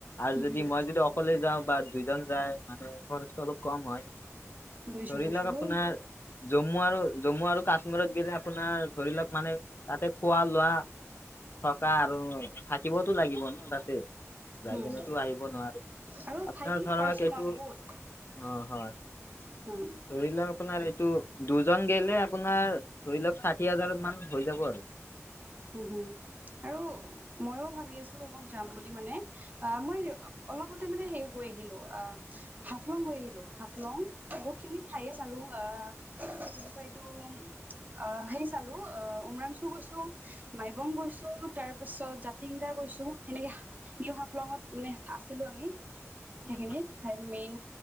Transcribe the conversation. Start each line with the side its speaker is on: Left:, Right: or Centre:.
Left: আৰু
Right: হম
Left: যদি
Right: হম
Left: মই যদি অকলে যাওঁ বা দুইজন যায় মানে খৰচ অলপ কম হয় ধৰি
Right: গৈছো গৈছো
Left: লওক
Right: হয়েই
Left: আপোনাৰ জম্মু আৰু জম্মু আৰু কাশ্মীৰত গেলে আপোনাৰ ধৰি লওক মানে তাতে খোৱা লোৱা থকা আৰু থাকিবতো লাগিব ন তাতে যাই
Right: উম
Left: কিনেতো আহিব নোৱাৰি
Right: আৰু
Left: আপোনাৰ
Right: ঠাইখিনি
Left: ধৰক
Right: খৰচী
Left: এইটো
Right: ন বহুত
Left: অ হয় ধৰি
Right: উম
Left: লওক আপোনাৰ এইটো দুজন গেলে আপোনাৰ ধৰি লওক ষাঠি হাজাৰত মানত হৈ যাব আৰু
Right: উম হুম আৰু ময়ো ভাবি আছো বৰ যাম বুলি মানে অ মই অলপতে মানে সেই গৈ আহিলো আহ হাফলং গৈ আহিলোঁ হাফলং বহুতখিনি ঠাইয়ে চালোঁ আহ সেইটো অ সেই চালো অ উওমৰাম চু গৈছো মাইবং গৈছো তাৰ পিছত জাতিংগা গৈছো সেনেকে নিউ হাফলঙত মানে আছিলো আমি সেইখিনিত
Left: উম
Right: মেইন